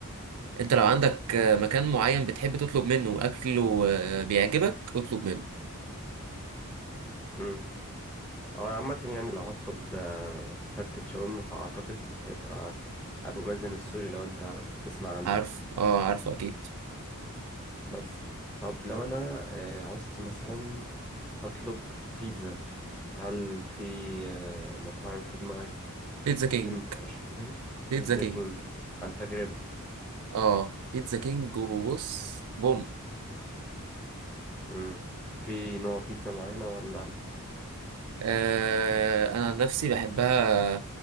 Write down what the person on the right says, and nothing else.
انت لو عندك آه، مكان معين بتحب تطلب منه اكله آه، بيعجبك اطلب منه
عارف اه عارفه اكيد
بيتزا كينج
بيتزا
كينج
اه بيتزا كينج وبص بوم
آه انا عن نفسي بحبها